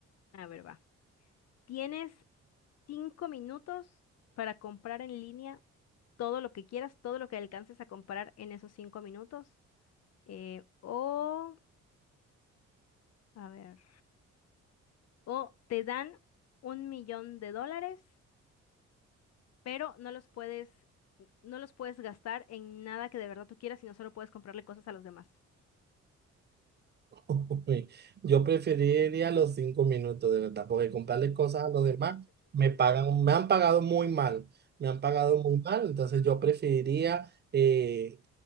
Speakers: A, on the left; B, on the right.
A: A ver, va. Tienes cinco minutos para comprar en línea todo lo que quieras, todo lo que alcances a comprar en esos cinco minutos. eh, o, a ver, o te dan un millón de dólares pero no los puedes, no los puedes gastar en nada que de verdad tú quieras, sino solo puedes comprarle cosas a los demás.
B: <laughs> Uy, Yo preferiría los cinco minutos, de verdad, porque comprarle cosas a los demás me pagan, me han pagado muy mal, me han pagado muy mal, entonces yo preferiría eh,